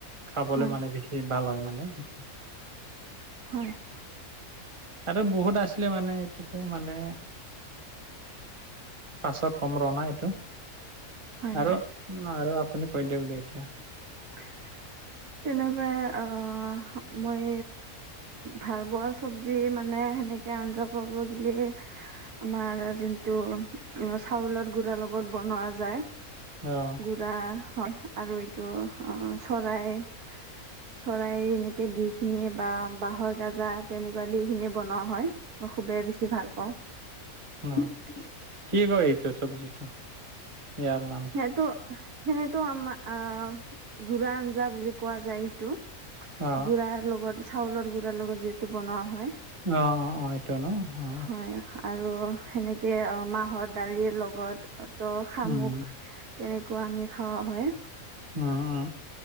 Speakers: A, on the right (about 20°); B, on the right (about 85°).
A: খাবলে
B: হয়
A: মানে, বেছি ভাল হয় মানে সেইটো।
B: হয়
A: আৰু বহুত আছিলে মানে, এইটোতো মানে পাছত কম ৰ' না এইটো,
B: হয়
A: আৰু-আৰু
B: হয়
A: আপুনি কৈ দিয়ক দে এতিয়া।
B: <inaudible> তেনেকুৱাই আ' মই ভালপোৱা চব্জি মানে, সেনেক কে আঞ্জা বব গিলে আমাৰ যোনটো, চাউলত গুৰাৰ লগত বনোৱা যায়।
A: অ
B: গুৰা হয়, আৰু এইটো চৰাই ছ চৰাই এনেকে দি খিনি বা বাঁহৰ গাজা তেনেকুৱা দি খিনি বনোৱা হয়। মই খুবেই বেছি ভাল পাওঁ।
A: ন' কি কয় এইটো চব্জিটো, ইয়াৰ নাম?
B: সেইটো, সেনেতো আমাৰ আহ' গুৰা আঞ্জা বুলি কোৱা যায় এইটো।
A: অ অ
B: গুড়াৰ লগত চাউলৰ গুৰাৰ লগত যিহেতু বনোৱা হয়।
A: অ' অ' অ' এটো ন' অ।
B: হয় আৰু সেনেকে মাহৰ দালিৰ লগত ত' শামুক
A: উম
B: তেনেকুৱা আমি খোৱা হয়।
A: উম উ।